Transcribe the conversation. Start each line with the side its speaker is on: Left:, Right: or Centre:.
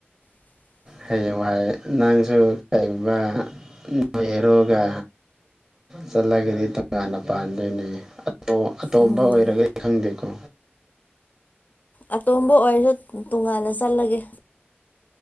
Left: <unintelligible>
Right: ꯍꯌꯦꯡ ꯋꯥꯍ ꯅꯪꯁꯨ ꯀꯩꯒꯨꯝꯕ ꯅꯣꯏ ꯍꯦꯔꯣꯒ ꯆꯠꯂꯒꯗꯤ ꯇꯣꯉꯥꯟꯅ ꯄꯥꯟꯗꯣꯏꯅꯦ ꯑꯣ ꯑꯇꯣꯝꯕ
Left: ꯎꯝ
Right: ꯑꯣꯏꯔꯒꯗꯤ ꯈꯪꯗꯦꯀꯣ
Left: ꯑꯇꯣꯝꯕ ꯑꯣꯏꯔꯁꯨ ꯇꯣꯉꯥꯟꯅ ꯆꯠꯂꯒꯦ